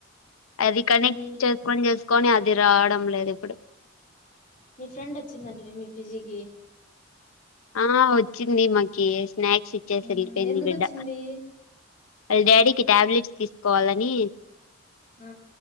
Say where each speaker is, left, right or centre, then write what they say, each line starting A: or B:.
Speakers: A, on the left; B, on the left.
A: అది కనెక్ట్
B: ఉమ్
A: చేసుకొని చేసుకొని అది ఇది రావడం లేదు ఇప్పుడు
B: మీ ఫ్రెండ్ వచ్చిందంటవే మీ పిజీకి
A: ఆ వచ్చింది మాకి స్నాక్స్ ఇచ్చేసి
B: ఉమ్
A: వెళ్ళిపియింది
B: ఎందుకొచ్చింది
A: బిడ్డ వాళ్ళ డాడీకి టాబ్లెట్స్ తీసుకోవాలని
B: ఆ